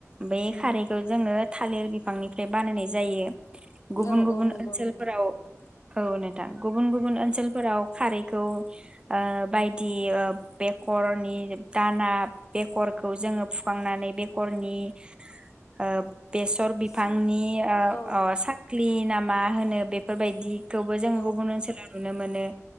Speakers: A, on the right; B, on the left.
A: बे
B: उम
A: खारैखौ जोङो थालिर बिफांनिफ्राय बानायनाय जायो गुबुन
B: औ
A: गुबुन
B: औ नंगौ
A: ओनसोलफोराव
B: नोंथां
A: औ नोंथां गुबुन गुबुन ओनसोलफोराव खारैखौ ओ बायदि ओ बेखरनि दाना बेखरखौ जोङो फुखांनानै बेखरनि ओ बेसर बिफांनि
B: सा
A: ओ
B: औ
A: अ स क्लि नामा होनो बेफोरबायदि बेखौबो जों
B: औ
A: गुबुन ओनसोलाव नुनों मोनो।